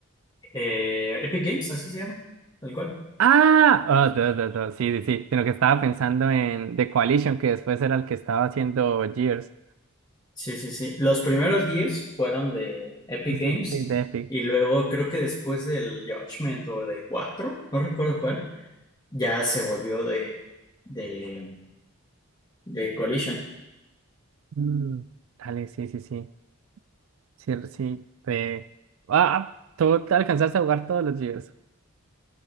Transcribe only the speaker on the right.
Ah, ah, duh, duh, duh, Sí, sí, sí, sino que estaba pensando en The Coalition, que después era el que estaba haciendo Gears.
Sí, sí,
sí, de Epic.
Mm, Dale, sí, sí, sí. Sí, sí. de- Ah, tú te alcanzaste a jugar todos los Gears.